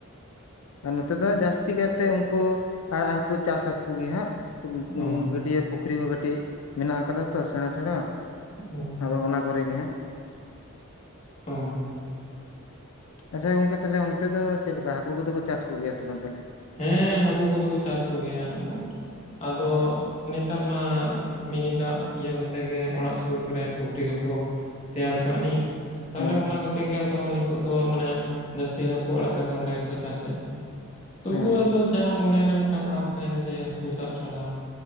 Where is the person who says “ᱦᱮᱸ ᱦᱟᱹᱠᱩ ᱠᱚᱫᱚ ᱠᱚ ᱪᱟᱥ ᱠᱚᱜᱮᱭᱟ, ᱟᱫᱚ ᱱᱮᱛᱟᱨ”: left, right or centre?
Left